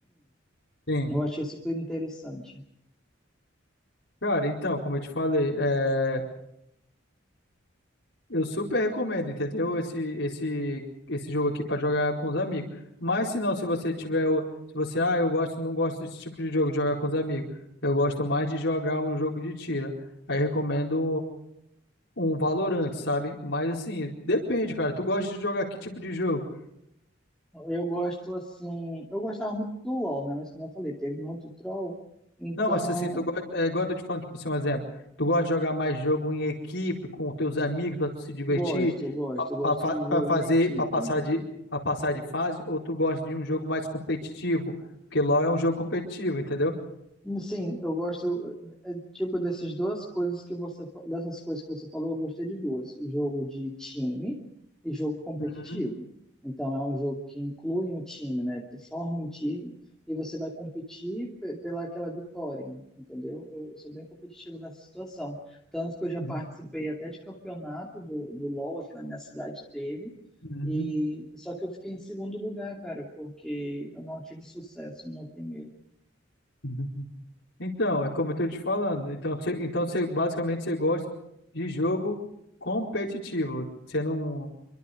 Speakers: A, on the left (about 65°); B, in the centre.
A: Sim.
B: Eu achei super interessante.
A: Cara, então, como eu te falei, é, eu super recomendo, entendeu? Esse, esse, esse jogo aqui pra jogar com os amigos. Mas se não, se você tiver, o- se você, ah, eu gosto, não gosto desse tipo de jogo de jogar com os amigos. Eu gosto mais de jogar um jogo de tiro. Aí eu recomendo um, um Valorant, sabe? Mas assim, depende, cara. Tu gosta de jogar que tipo de jogo?
B: Eu gosto assim, eu gostava muito do LoL, né? Mas como eu falei, teve muito troll, então
A: Não, mas assim, tu gosta, é igual eu tô te falando, tipo assim, um exemplo. Tu gosta de jogar mais jogo em equipe, com teus amigos, pra tu se divertir,
B: gosto, eu gosto, eu gosto
A: pra, pra-
B: de
A: pra
B: jogo
A: fazer,
B: em equipe.
A: pra passar de, pra passar de fase, ou tu gosta de um jogo mais competitivo? Porque LoL é um jogo competitivo, entendeu?
B: Sim, eu gosto. tipo, dessas duas coisas que você, fa- dessas coisas que você falou, eu gostei de duas: o jogo de time e jogo competitivo.
A: Uhum,
B: Então, é um jogo que inclui um time, né? Tu Forma um time e você vai competir pe- pela aquela vitória, entendeu? Eu, eu sou bem competitivo nessa situação. Tanto que eu já participei
A: uhum,
B: até de campeonato do, do LoL aqui na minha cidade, teve.
A: uhum,
B: E, só que eu fiquei em segundo lugar, cara, porque eu não tive sucesso no primeiro.
A: uhum. Então, é como eu tô te falando. Então, você, então você, basicamente você gosta de jogo competitivo. Você não,